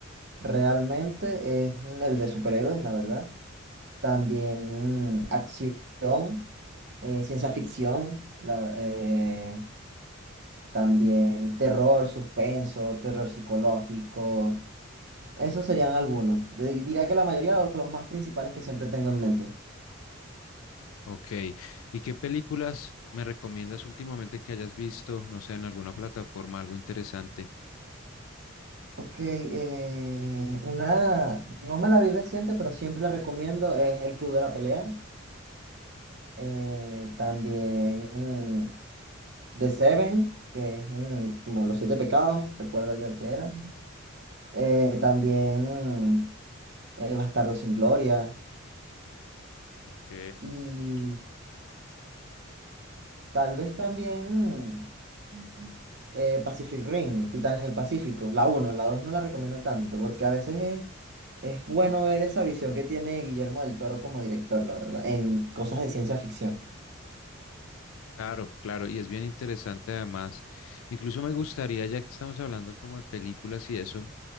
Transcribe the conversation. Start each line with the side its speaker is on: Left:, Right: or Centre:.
Right: realmente es el de superhéroes, la verdad. También mm, acción, eh, ciencia ficción, la- eh, También terror, suspenso, terror psicológico. Esos serían algunos. De- diría que la mayoría o los más principales que siempre tengo en mente.
Left: Ok. ¿Y qué películas me recomiendas últimamente que hayas visto, no sé, en alguna plataforma, algo interesante?
Right: Ok, eh, una, no me la vi reciente, pero siempre la recomiendo, es El Club de la Pelea. Eh, también mm, The Seven, que es mm, como Los Siete Pecados, recuerdo yo que era. Eh, también mm, eh, Bastardo sin Gloria.
Left: Ok.
Right: Y Tal vez también Ujú. eh, Pacific Rim, Titanes del Pacífico, la uno la 2 no la recomiendo tanto, porque a veces es, es bueno ver esa visión que tiene Guillermo del Toro como director, la verdad, en cosas de ciencia ficción.
Left: Claro, claro, y es bien interesante además. Incluso me gustaría, ya que estamos hablando como de películas y eso,